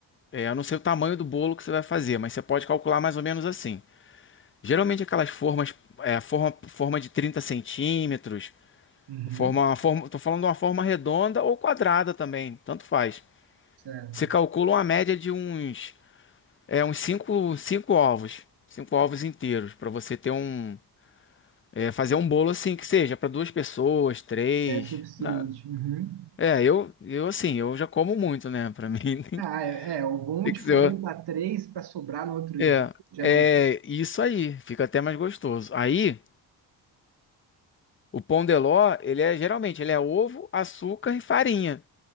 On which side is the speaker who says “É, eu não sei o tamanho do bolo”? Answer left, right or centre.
Left